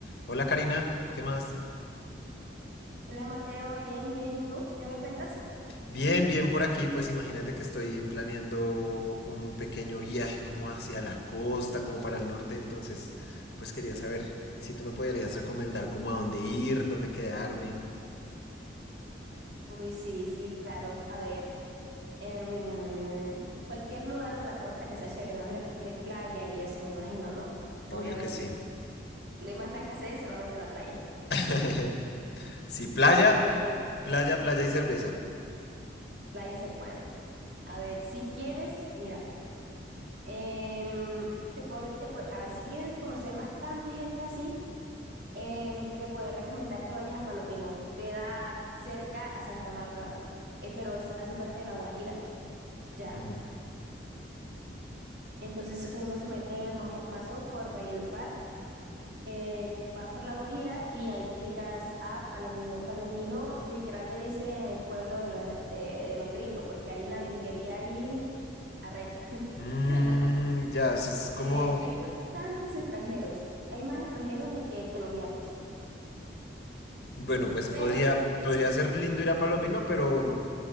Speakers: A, on the left; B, on the right.
A: Hola Karina, ¿qué más?
B: Hola Mateo, bien, bien, ¿y tú? ¿Qué me cuentas?
A: Bien, bien por aquí, pues imagínate que estoy planeando un pequeño viaje como hacia la costa, como para el norte, entonces pues quería saber si tú me podrías recomendar como a dónde ir, dónde quedarme.
B: Uy, sí, sí, claro. A ver, em, cualquier lugar de la costa que sea chévere, me imagino que quieres playa y eso, me imagino, ¿no? Obviamente.
A: Obvio que sí.
B: No hay más nada que hacer, solamente la playa.
A: <laughs> Sí, playa,
B: A ver,
A: playa, playa y cerveza.
B: playa ser bueno. A ver, si quieres, mira, em, te puedo- te puedo- a ver, si quieres conocer bastante gente así, em, te puedo recomendar que vayas a Palomino. Queda cerca a Santa Marta, eh, pero es- hace parte de La Guajira. ya.
A: Ujú.
B: Entonces uno se mete majo- mazo por Valledupar, eh, vas por La Guajira y ahí llegas a Palomino. Palomino literal le dice el pueblo de los, de, de los gringos, porque hay una gringería ahí arrecha.
A: Mm,
B: <laughs>
A: ya, eso es como,
B: Eh, hay bastantes extranjeros, hay más extranjeros ni que colombianos,
A: bueno, pues
B: pero
A: podría, podría ser lindo ir a Palomino, pero,